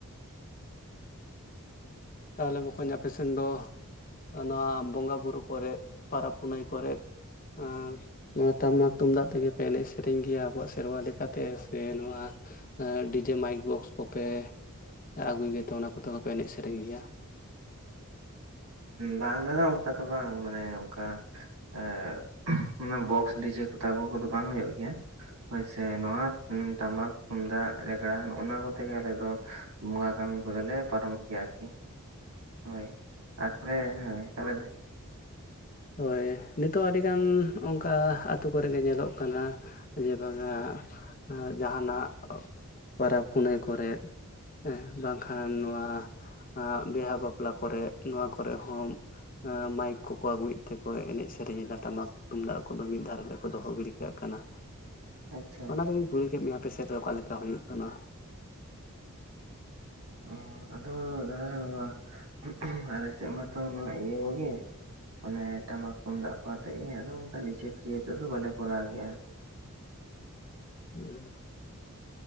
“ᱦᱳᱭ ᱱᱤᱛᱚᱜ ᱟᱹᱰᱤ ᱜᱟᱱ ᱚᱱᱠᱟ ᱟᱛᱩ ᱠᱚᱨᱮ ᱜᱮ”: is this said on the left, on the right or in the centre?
Left